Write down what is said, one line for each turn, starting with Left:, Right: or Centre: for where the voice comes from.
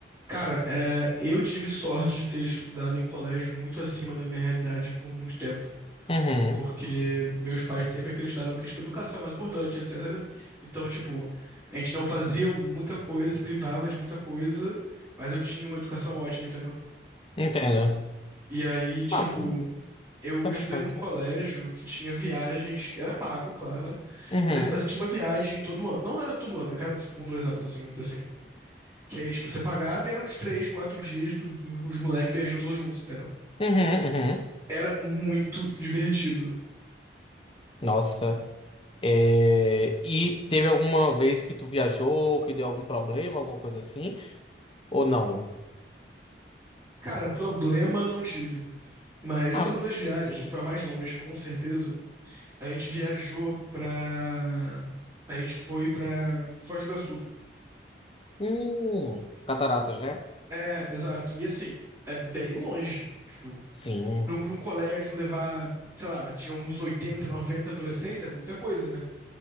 Right: Cara, é, eu tive sorte de ter estudado em colégio muito acima da minha realidade por muito tempo,
Left: Uhum,
Right: porque meus pais sempre acreditaram que, tipo, educação é mais importante, etc. Então, tipo, a gente não fazia muita coisa, se privava de muita coisa, mas eu tinha uma educação ótima, entendeu?
Left: entendo.
Right: E aí, tipo,
Left: Ah,
Right: eu
Left: interessante.
Right: estudei num colégio que tinha viagens, era pago, claro, né?
Left: Uhum,
Right: Mas ele fazia, tinha uma viagem todo ano, não era todo ano, né? cara, tipo, um, dois anos, assim, vamos dizer assim. Que aí, tipo, você pagava e eram uns três, quatro dias do- do- dos moleques viajando todos juntos, entendeu?
Left: uhum, uhum.
Right: Era muito divertido.
Left: Nossa. É, E teve alguma vez que tu viajou, que deu algum problema, alguma coisa assim? Ou não?
Right: Cara, problema não tive. Mas
Left: Ah,
Right: uma das viagens
Left: uhum.
Right: que foi a mais longe, com certeza, a gente viajou pra. A gente foi pra Foz do Iguaçu.
Left: Hum, cataratas, né?
Right: É, exato. E assim, é bem longe. Tipo,
Left: Sim.
Right: pra um, pra um colégio levar, sei lá, tinha uns 80 90 adolescentes, é muita coisa, né?